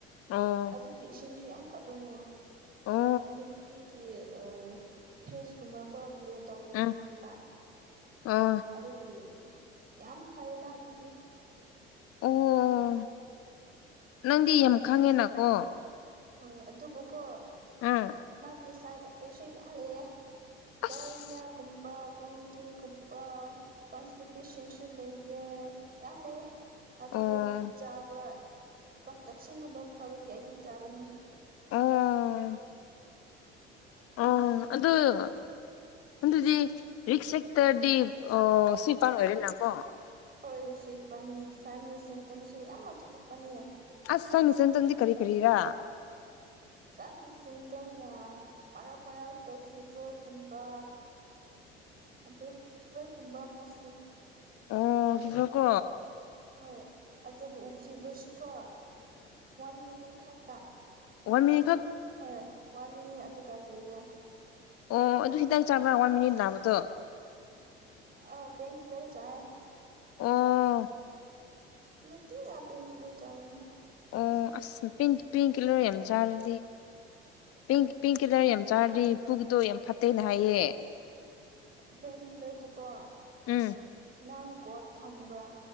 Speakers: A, on the left (about 50°); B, on the right (about 30°).
A: ꯑꯣ
B: ꯑꯗꯨꯒꯤ ꯏꯁꯤꯡꯁꯨ ꯌꯥꯝ ꯐꯕꯅꯦ
A: ꯑꯣ
B: ꯅꯨꯄꯤꯒꯤ ꯀ ꯑ ꯐꯦꯁꯒꯨꯝꯕꯀ‌ꯣ ꯀ꯭ꯂꯤꯌꯥꯔ ꯇꯧꯕꯤꯕꯅꯦꯕ
A: ꯎꯝ ꯑꯣ
B: ꯑꯗꯨꯒꯤ ꯌꯥꯝ ꯐꯩꯗ ꯑꯗꯨꯗꯤ
A: ꯑꯣ ꯅꯪꯗꯤ ꯌꯥꯝ ꯈꯪꯉꯦꯅꯀꯣ
B: ꯍꯣꯏ ꯑꯗꯨꯕꯨꯀꯣ
A: ꯎꯝ
B: ꯒꯤ ꯁꯥꯏꯠ ꯑꯦꯐꯦꯛꯁꯨ ꯌꯥꯝ ꯂꯩꯑꯦ
A: ꯑꯁ
B: ꯗꯥꯏꯣꯔꯤꯌꯥꯒꯨꯝ ꯚꯣꯃꯤꯇꯤꯡꯒꯨꯝꯕ ꯀꯁꯇ ꯄꯦꯁꯦꯟꯁꯨ ꯂꯩꯌꯦꯦ ꯌꯥꯝ ꯂꯩꯑ ꯑꯗꯨꯕꯨ
A: ꯑꯣ
B: ꯆꯥꯕ ꯀꯝꯄ꯭ꯂꯦꯛꯁꯟꯒꯨꯝꯕ ꯐꯕꯒꯤ ꯑꯩꯗꯤ ꯆꯥꯕꯅꯦ
A: ꯑꯣ ꯑꯣ
B: ꯎꯝ
A: ꯑꯗꯨꯗ ꯑꯗꯨꯗꯤ ꯔꯤꯛꯁ ꯍꯦꯛꯇꯗꯤ ꯑ ꯁꯨꯄꯥꯟ ꯑꯣꯏꯔꯦꯅꯀꯣ
B: ꯍꯣꯏ ꯁꯤꯠꯄꯅꯤ ꯁꯟꯒꯤ ꯁꯤꯟꯇꯨꯝꯁꯨ ꯌꯥꯝꯅ ꯊꯣꯛꯄꯅꯤꯌꯦ
A: ꯑꯁ ꯁꯅꯤꯁ ꯇꯗꯤ ꯀꯔꯤ ꯀꯔꯤꯔꯥ
B: ꯆꯥꯅ ꯁꯤꯟ ꯇꯧꯅ ꯃꯔꯛ ꯃꯔꯛꯇ ꯐꯤꯚꯔꯒꯨꯝꯕ ꯑꯗꯨ ꯐꯤꯚꯔꯒꯨꯝꯕ ꯃꯣꯁꯂꯤ
A: ꯑꯣ ꯁꯤꯖ꯭ꯔꯣ ꯀꯣ
B: ꯍꯣꯏ ꯑꯗꯨꯕꯨ ꯎꯕꯔꯁꯨꯀꯣ ꯋꯥꯟ ꯃꯤꯅꯤꯠ ꯈꯛꯇ
A: ꯋꯥ ꯃꯤ
B: <inaudible>
A: ꯑꯣ ꯑꯗꯨ ꯍꯤꯗꯥꯛ ꯆꯥꯕ꯭ꯔ ꯋꯥ ꯃꯤꯅꯤꯠ ꯂꯥꯛꯕꯗꯣ
B: ꯑ ꯄꯦꯟꯟ ꯀꯤꯂꯔ ꯆꯦ
A: ꯑꯣ
B: ꯅꯠꯇꯤ ꯄꯦꯡꯒꯂꯤꯔ ꯆꯥꯋꯅꯦ
A: ꯑꯣ ꯑꯁ ꯄꯤꯡ ꯄꯤꯡ ꯀꯂꯔ ꯌꯥꯝ ꯆꯥꯔꯗꯤ ꯄ ꯄꯤꯡ ꯀꯤꯂꯔ ꯌꯥꯝ ꯆꯥꯔꯗꯤ ꯏ ꯄꯨꯨꯒꯤꯗꯣ ꯌꯥꯝ ꯐꯠꯇꯦꯅ ꯍꯥꯏꯌꯦ
B: ꯄꯟ ꯀꯂꯔꯗꯨꯀꯣ
A: ꯎꯝ
B: ꯅꯪ ꯠ ꯈꯪꯕ꯭ꯔꯥ